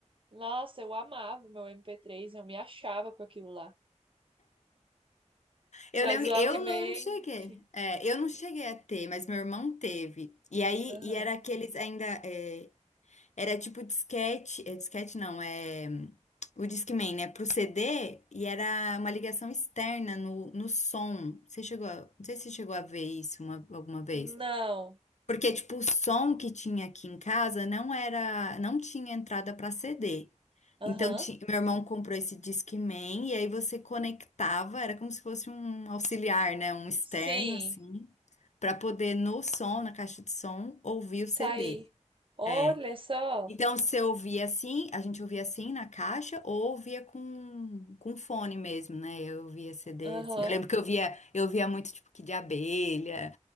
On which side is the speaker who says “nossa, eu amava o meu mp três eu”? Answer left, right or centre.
Right